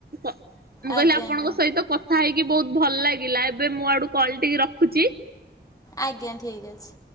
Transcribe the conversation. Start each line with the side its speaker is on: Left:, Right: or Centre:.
Right: କ ମୁଁ
Left: ଆଜ୍ଞା
Right: କହିଲି ଆପଣଙ୍କ
Left: ଆଜ୍ଞା
Right: ସହିତ କଥା ହେଇ କି ବହୁତ ଭଲ ଲାଗିଲା ଏବେ ମୋ ଆଡୁ କଲ୍ ଟିକି ରଖୁଛି।
Left: ଆଜ୍ଞା ଠିକ୍ ଅଛି।